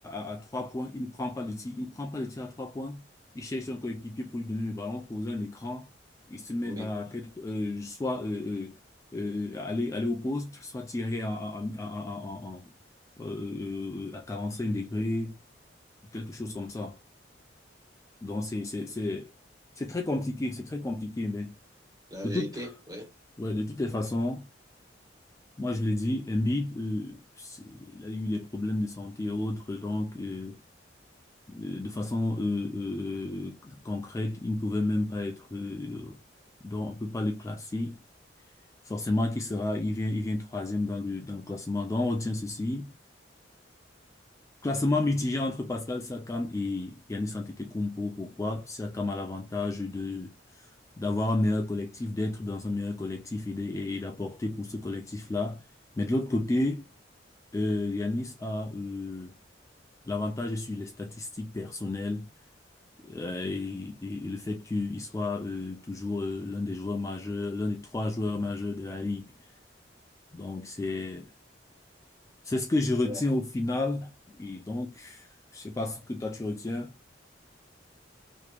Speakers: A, on the left; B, on the right.
A: à, à, à trois points. Il ne prend pas le tir. Il ne prend pas le tir à trois points. Il cherche un coéquipier pour lui donner le ballon, poser un écran. Il se met
B: Oui,
A: dans la tête, euh, soit, euh, euh, euh, aller, aller au poste, soit tirer en, en, en, en, en- en- euh, à 45 degrés, quelque chose comme ça. Donc, c'est, c'est, c'est, c'est très compliqué, c'est très compliqué, mais
B: la
A: de
B: vérité,
A: toute,
B: oui.
A: ouais, de toutes les façons, moi, je l'ai dit, Embiid, euh, c'est- il a eu des problèmes de santé et autres, donc, euh, euh, de façon euh, euh, concrète, il ne pouvait même pas être, euh, donc, on peut pas le classer. Forcément, qui sera, il vient, il vient troisième dans le, dans le classement. Donc, on retient ceci. Classement mitigé entre Pascal Siakam et Giannis Antetokounmpo. Pourquoi? Siakam a l'avantage de d'avoir un meilleur collectif, d'être dans un meilleur collectif et de- et d'apporter pour ce collectif-là. Mais de l'autre côté, euh, Giannis a euh, l'avantage sur les statistiques personnelles euh, et, et- et le fait qu'il soit euh, toujours euh, l'un des joueurs majeurs, l'un des trois joueurs majeurs de la ligue. Donc c'est c'est ce que je retiens
B: Ouais,
A: au final. Et donc, je sais pas ce que toi tu retiens.